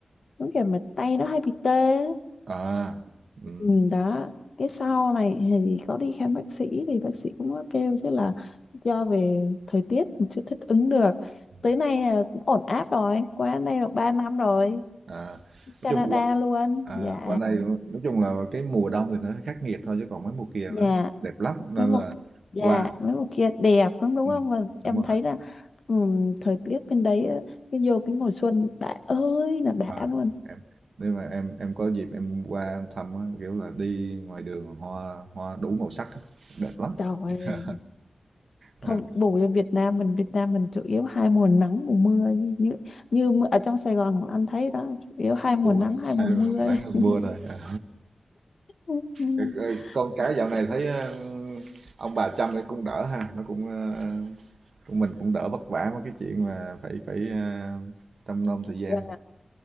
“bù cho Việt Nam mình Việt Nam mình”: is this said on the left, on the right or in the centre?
Left